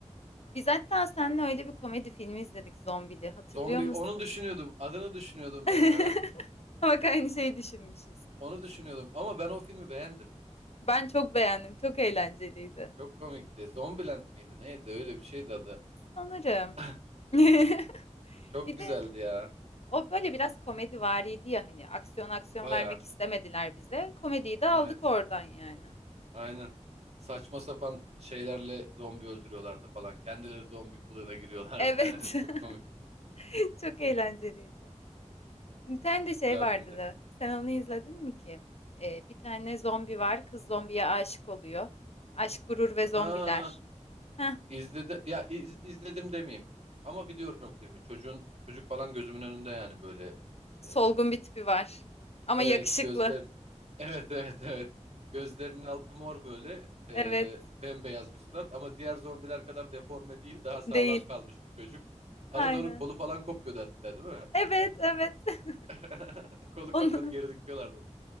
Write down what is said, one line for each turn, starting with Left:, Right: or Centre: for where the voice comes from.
Left: Biz hatta seninle öyle bir komedi filmi izledik zombili. Hatırlıyor
Right: Zombi
Left: musun?
Right: onu düşünüyordum. Adını düşünüyordum
Left: <laughs>
Right: ya.
Left: <laughs> Bak aynı şeyi düşünmüşüz.
Right: Onu düşünüyordum ama ben o filmi beğendim.
Left: Ben çok beğendim. Çok eğlenceliydi.
Right: Çok komikti. Zombieland miydi? Neydi? Öyle bir şeydi adı.
Left: Sanırım.
Right: <laughs>
Left: <laughs>
Right: Çok
Left: Bir
Right: güzeldi
Left: de
Right: ya.
Left: o böyle biraz komedi komedivariydi ya hani aksiyon aksiyon
Right: Baya.
Left: vermek istemediler bize. Komediyi de aldık
Right: Evet.
Left: oradan yani.
Right: Aynen. Saçma sapan şeylerle zombi öldürüyorlardı falan. Kendileri zombi kılığına giriyorlardı.
Left: Evet.
Right: <laughs> Çok komik.
Left: <laughs> Çok eğlenceliydi. Bir tane de şey
Right: Güzel
Left: vardı
Right: filmdi.
Left: da. Sen onu izledin mi ki? Ee, bir tane zombi var. Kız zombiye aşık oluyor. Aşk, gurur ve zombiler.
Right: Ha,
Left: Heh,
Right: izledi ya iz- izledim demeyeyim. Ama biliyorum filmi. Çocuğun çocuk falan gözümün önünde yani böyle.
Left: solgun
Right: e,
Left: bir tipi var. Ama
Right: evet
Left: yakışıklı.
Right: gözlerin <laughs> Evet evet evet. Gözlerinin altı mor böyle. E,
Left: Evet.
Right: bembeyaz bir surat ama diğer zombiler kadar deforme değil. Daha sağlam
Left: Değil.
Right: kalmış bir çocuk.
Left: Aynen.
Right: Arada onun kolu falan kopuyordu hatta değil mi?
Left: Evet, evet. <laughs>
Right: <laughs> Kolu
Left: Onu
Right: kopuyordu geri dikiyorlardı.